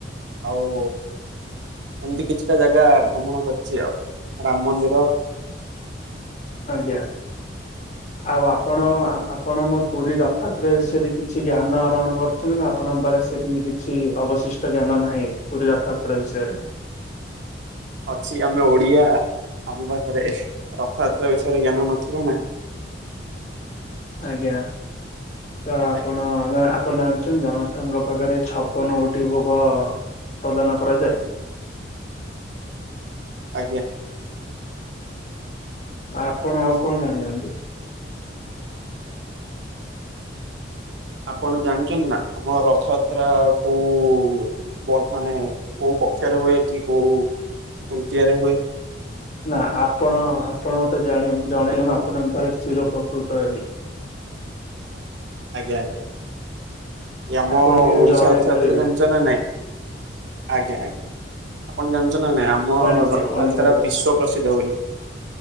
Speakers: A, on the right; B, on the left.
A: ଆଉ ଏମିତି କିଛିଟା ଜାଗା ଭ୍ରମଣ କରିଛି ଆଉ ରାମ ମନ୍ଦିର
B: ଆଜ୍ଞା। ଆଉ ଆପଣ ଆପଣ ଆମ ପୁରୀ ରଥତ୍ର ବିଷୟରେ କିଛି ଜ୍ଞାନ ଆରୋହଣ କରୁଛନ୍ତି ନାଁ। ଆପଣଙ୍କରେ ସେମିତି କିଛି ଅବଶିଷ୍ଟ ଜ୍ଞାନ ନାହିଁ ପୁରୀ ରଥଯାତ୍ର ବିଷୟରେ।
A: ଅଛି ଆମେ ଓଡିଆ ଆମ ପାଖରେ ରଥଯାତ୍ରା ବିଷୟରେ ଜ୍ଞାନ ନଥିବ ନାଁ।
B: ଆଜ୍ଞା। ତ ଆପଣ
A: ଆଜ୍ଞା
B: ଆପଣ ଜାଣିଛନ୍ତି ଜନତାଙ୍କ ପାଖରେ ଛପନ ଗୋଟି ଭୋଗ ପ୍ରଦାନ କରାଯାଏ।
A: ଆଜ୍ଞା।
B: ଆପଣ ଆଉ କଣ ଜାଣିଚନ୍ତି?
A: ଆପଣ ଜାଣିଛନ୍ତି ନା ଆମ ରଥଯାତ୍ରା କୋଉ ବ ମାନେ କୋଉ ପକ୍ଷରେ ହୁଏ କି କୋଉ ତୃତୀୟରେ ହୁଏ।
B: ନା ଆପଣ ଆପଣ ମତେ ଜ ଜଣେଇଲେୁ ମୁ ଆପଣଙ୍କ ପାରେ ଚିର ପ୍ରକୃତ ହେବି।
A: ଆଜ୍ଞା ଆଞା। ଏ ଆମ
B: ଆପଣ ଟିକେ
A: ଓଡିଶା
B: ଜଣେଇ
A: ରର୍ଥଯାତ୍ରା
B: ପାରିବେ
A: ଜାଞ୍ଚ ନା ନାଇଁ। ଆଜ୍ଞା ଆଜ୍ଞା ଆପଣ ଜାଣିଛ ନା ନାଇଁ ଆମ
B: ଜାଣିଛି ଉଣେଇଶ
A: ରା ବିଶ୍ଵ ପ୍ରସିଦ୍ଧ ବୋଲି